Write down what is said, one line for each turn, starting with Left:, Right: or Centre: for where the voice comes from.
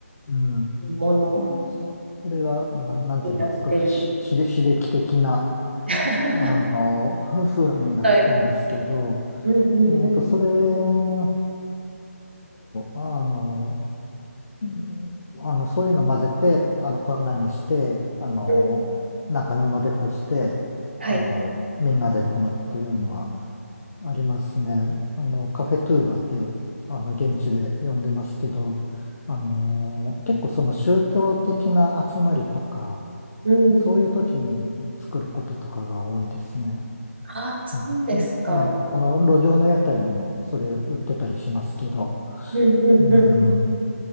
Left: ーうん。
Right: もの
Left: うん、そ、それが、な、なんていうか、
Right: になってる。
Left: すごくし、し刺激的な、
Right: <laughs>
Left: あの、ふ風味がつくんですけど、
Right: はい。うんうんうん。
Left: えっと、それを、あの、うんあの、そういうの混ぜて、あの、粉にして、あの、
Right: うん
Left: なんか布でこして、
Right: はい。
Left: あの、みんなで飲むっていうのはありますね。あの、カフェトゥーバって、あの、現地で呼んでますけど、あの、結構その宗教的な集まりとか、
Right: うん。
Left: そういう時に作ることとかが多いですね。
Right: ああ、そうですか。
Left: うん。ええ、あの、路上の屋台にもそれ売ってたりしますけど。
Right: うんうんうん
Left: うん。う